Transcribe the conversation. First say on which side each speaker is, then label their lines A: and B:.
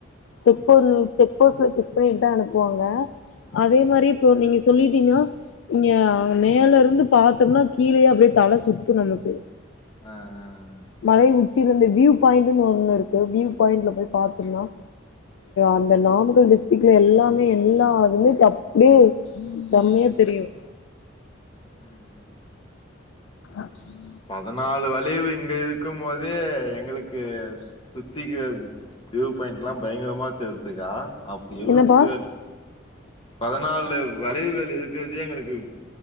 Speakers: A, on the left; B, on the left.
A: செக் போரு செக் போஸ்ட்ல செக் பண்ணிட்டு தான் அனுப்புவாங்க
B: ஓகே
A: அதே மாரி இப்போ நீங்க சொல்லிட்டினா நீங்க அங்க மேல இருந்து பார்த்தோம்னா கீழேயே அப்டியே தலை சுத்தும் நமக்கு
B: ஆஹ்ஹ்
A: மலை உச்சியில இருந்து வியூ பாயிண்ட்ன்னு ஒண்ணு இருக்கு வியூ பாயிண்ட்ல போய் பார்த்தோம்னா அந்த நாமக்கல் டிஸ்டிக்ல எல்லாமே எல்லா அதுமே அப்படியே செம்மையா தெரியும்
B: உம்
A: அஹ
B: பதினாலு வளைவு இங்க இருக்கும் போதே எங்களுக்கு சுத்தி கக் வியூ பாயிண்ட் எல்லாம் பயங்கரமா தெரிது க்கா அப்ப எழுவத்த
A: என்னப்பா
B: பதினாலு வளைவுகள் இருக்கிறதே எங்களுக்கு